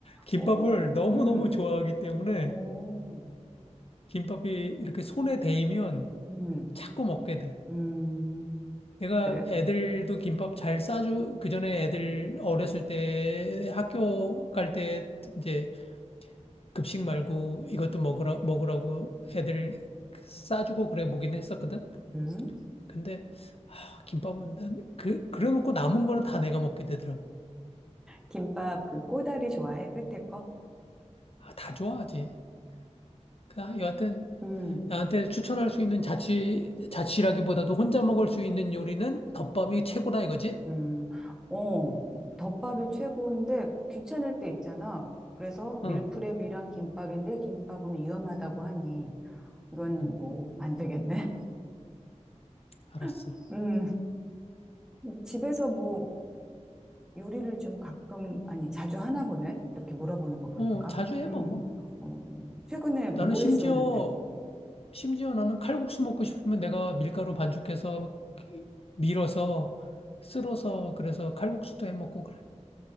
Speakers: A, on the left; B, in the centre.
A: 김밥을
B: 오,
A: 너무너무
B: 음,
A: 좋아하기 때문에,
B: 오,
A: 김밥이 이렇게 손에 대이면
B: 음,
A: 자꾸 먹게 돼.
B: 음.
A: 내가
B: 그래.
A: 애들도 김밥 잘 싸주, 그 전에 애들 어렸을 때 학교 갈 때 이제 급식 말고 이것도 먹으라, 먹으라고 애들 싸주고 그래 보긴 했었거든.
B: 음.
A: 근데 아, 김밥은 난 그, 그래놓고 남은 거는 다 내가 먹게 되더라고.
B: 김밥 그 꼬다리 좋아해? 끝에 거?
A: 아, 다 좋아하지. 그, 아, 여하튼
B: 음,
A: 나한테 추천할 수 있는 자취, 자취라기보다도 혼자 먹을 수 있는 요리는 덮밥이 최고다 이거지?
B: 음, 어, 덮밥이 최고인데 귀찮을 때 있잖아. 그래서 밀프렙이랑
A: 응,
B: 김밥인데 김밥은 위험하다고 하니 이건
A: 응,
B: 뭐 안 되겠네.
A: 알았어.
B: <laughs> 음, 집에서 뭐 요리를 좀 가끔, 아니 자주 하나 보네? 이렇게 물어보는 거 보니까.
A: 어, 자주 해
B: 음,
A: 먹어.
B: 어, 최근에 뭐
A: 나는 심지어,
B: 했었는데?
A: 심지어 나는 칼국수 먹고 싶으면 내가 밀가루 반죽해서 그 밀어서 쓸어서 그래서 칼국수도 해 먹고 그래.